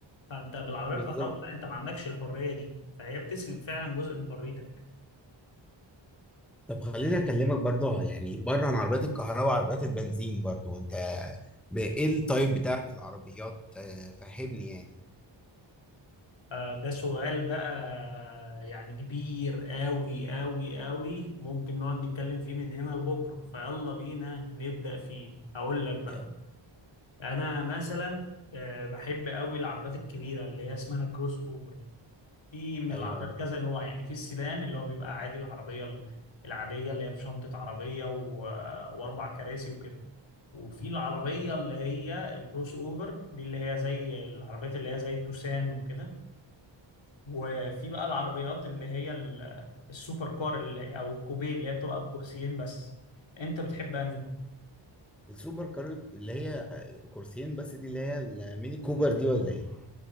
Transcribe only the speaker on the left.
فانت بالعربيه
الكهرباء انت ما عندكش الحريه دي فهي بتسلب فعلا جزء من حريتك
آه، ده سؤال بقى يعني كبير قوي قوي قوي ممكن نقعد نتكلم فيه من هنا لبكرة فيلا بينا نبدأ فيه هقول لك بقى
أنا مثلا آه، بحب قوي العربات الكبيرة اللي هي اسمها كروس أوفر في من
العربات
كذا نوع يعني في السيدان اللي هو بيبقى عادي العربية العادية اللي هي بشنطة عربية و... وأربع كراسي وكده وفي العربية اللي هي الكروس أوفر دي اللي هي زي العربيات اللي هي زي التوسان وكده وفي بقى العربيات اللي هي ال- السوبر كار اللي او الكوبيه اللي هي بتبقى بكرسيين بس انت بتحب انهي